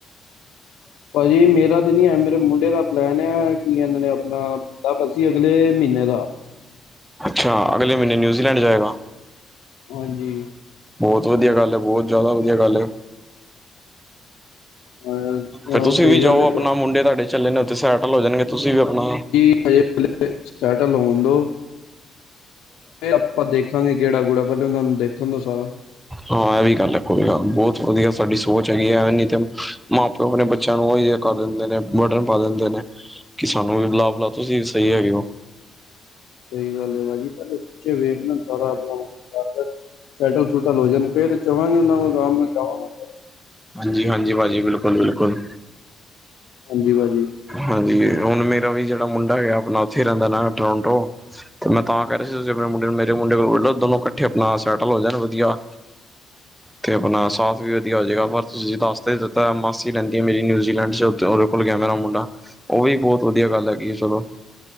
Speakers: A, on the left (about 85°); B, in the centre.
A: ਭਾਜੀ ਮੇਰਾ ਤੇ ਨੀ ਹੈ, ਮੇਰੇ ਮੁੰਡੇ ਦਾ ਪਲੈਨ ਆ ਕਿ ਇਹਨਾਂ ਨੇ ਆਪਣਾ ਬਸ ਸੀ ਅਗਲੇ ਮਹੀਨੇ ਦਾ
B: ਅੱਛਾ, ਅਗਲੇ ਮਹੀਨੇ ਨਿਊਜ਼ੀਲੈਂਡ ਜਾਏਗਾ।
A: ਹਾਂਜੀ।
B: ਬਹੁਤ ਵਧਿਆ ਗੱਲ ਹੈ, ਬਹੁਤ ਜ਼ਿਆਦਾ ਵਧੀਆ ਗੱਲ ਐਂ।
A: ਅਹ,
B: ਫ ਤੁਸੀਂ
A: ਸਹੀ
B: ਵੀ ਜਾਓ,
A: ਗੱਲ ਹੈ
B: ਆਪਣਾ ਮੁੰਡੇ ਤੁਹਾਡੇ ਚੱਲੇ ਨੇ ਉੱਥੇ ਸੈਟਲ ਹੋ ਜਾਣਗੇ ਤੁਸੀਂ ਵੀ ਆਪਣਾ
A: ਜੇਲੇ ਸਟਾਰਟਾ ਲਾਣ ਦਿਉ। ਇਹ ਆਪਾਂ ਦੇਖਾਂਗੇ, ਗੇੜਾ-ਗੂੜਾ ਪਹਿਲੇ ਉਹਨਾਂ ਨੂੰ ਦੇਖਣ ਤੋਂ ਸਾਰਾ।
B: ਹਾਂ, ਇਹ ਵੀ ਗੱਲ ਰੱਖੋਗਾ, ਬਹੁਤ ਵਧੀਆ ਸਾਡੀ ਸੋਚ ਹੈਗੀ ਐ। ਤਾਂ ਮਾਂ -ਪਿਓ ਆਪਣੇ ਬੱਚਿਆਂ ਨੂੰ ਉਹੀ ਜਹਾ ਕਰ ਦਿੰਦੇ ਨੇ ਬਡਨ ਪਾ ਦਿੰਦੇ ਨੇ। ਕਿ ਸਾਨੂੰ ਵੀ ਬੁਲਾ-ਬੁਲਾ ਤੁਸੀਂ ਸਹੀ ਹੈਗੇ ਹੋ।
A: ਸਹੀ ਗੱਲ ਏ ਭਾਜੀ, ਪਹਿਲੇ ਬੱਚੇ ਵੇਖ ਲੈਣ ਸਾਰਾ ਆਪਣਾ <unintelligible> ਸੈਟਲ- ਸੁੂਟਲ ਹੋ ਜੇ, ਫੇਰ ਜਵਾਂਗੇ ਉਹਨਾਂ ਕੋਲ ਆਰਾਮ ਨਾਲ ਜਾਵਾਂਗਾ।
B: ਹਾਂਜੀ- ਹਾਂਜੀ ਭਾਜੀ, ਬਿਲਕੁਲ-ਬਿਲਕੁਲ।
A: ਜੀ ਭਾਜੀ।
B: ਹਾਂਜੀ, ਹੁਣ ਮੇਰਾ ਵੀ ਜਿਹੜਾ ਮੁੰਡਾ ਹੈਗਾ ਆਪਣਾ ਉੱਥੇ ਰਹਿੰਦਾ ਨਾ ਟਰੋਂਟੋ। ਤੇ ਮੈਂ ਤਾਂ ਕਹਿ ਰਹੀ ਸੀ, ਤੁਸੀ ਆਪਣੇ ਮੁੰਡੇ ਨੂੰ ਮੇਰੇ ਮੁੰਡੇ ਕੋਲ ਬੋਲੋ ਦੋ ਕੱਠ ਇਥੇ ਆਪਣਾ ਸੈਟਲ ਹੋ ਜਾਣ ਵਧੀਆ। ਤੇ ਆਪਨਾ ਸਾਥ ਵੀ ਵਧੀਆ ਹੋ ਜੇਗਾ ਪਰ ਤੁਸੀਂ ਜੇ ਦੱਸ ਤੇ ਦਿੱਤਾ ਮਾਸੀ ਰਹਿੰਦੀ ਹੈ ਮੇਰੀ ਨਿਊਜ਼ੀਲੈਂਡ ਚ ਉਹਦੇ ਕੋਲ ਗਿਆ ਮੇਰਾ ਮੁੰਡ ਡਾ ਉਹ ਵੀ ਬਹੁਤ ਵਧੀਆ ਗੱਲ ਹੈਗੀ ਏ ਚਲੋ।